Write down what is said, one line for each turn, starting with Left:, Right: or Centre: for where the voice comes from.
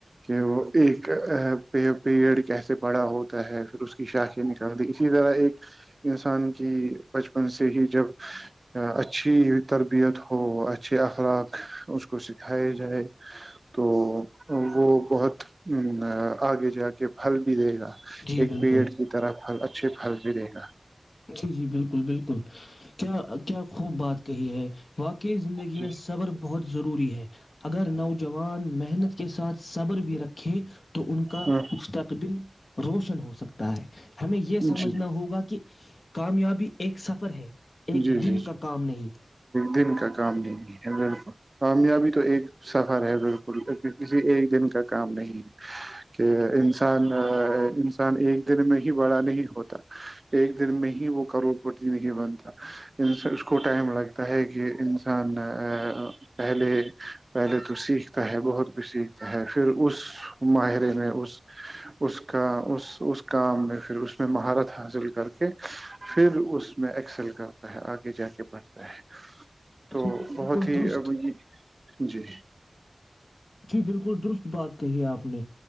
Right: کہ وہ ایک پیڑ کیسے بڑا ہوتا ہے پھر اس کی شاخیں نکالتی اسی طرح ایک انسان کی بچپن سے ہی جب اچھی تربیت ہو اچھے اخلاق اس کو سکھائے جائے تو وہ بہت آگے جا کے پھل بھی دے گا
Left: جی
Right: ایک
Left: بالکل
Right: پیڑ کی طرف اچا اچھے پھل بھی رہے گا
Left: جی جی بالکل بالکل کیا کیا خوب بات کہی ہے واقع کی زندگی
Right: جی
Left: میں صبر بہت ضروری ہے اگر نوجوان محنت کے ساتھ صبر بھی رکھیں تو ان کا
Right: ہاں
Left: مستقبل روشن ہو سکتا ہے ہمیں یہ سمجھنا
Right: جی
Left: ہوگا کہ کامیابی ایک سفر ہے ایک
Right: جی
Left: دن
Right: جی
Left: کا
Right: جی
Left: کام نہیں
Right: دن کا کام نہیں ہے ل کامیابی تو ایک سفر ہے بالکل کسی ایک دن کا کام نہیں ہے کہ انسان انسان ایک دن میں ہی بڑا نہیں ہوتا ایک دن میں ہی وہ کروڑپتی نہیں بنتا اس کو ٹائم لگتا ہے کہ انسان پہلے پہلے تو سیکھتا ہے بہت کچھ سیکھتا ہے پھر اس ماہرے میں اس اس کا اس اس کام میں پھر اس میں مہارت حاصل کر کے پھر اس میں ایکسل کر تا آگے جا کے بڑھتا ہے تو
Left: جی جی بالکل
Right: بہت ہی
Left: درست
Right: اب یہ جی
Left: جی بالکل درست بات کہی ہے آپ نے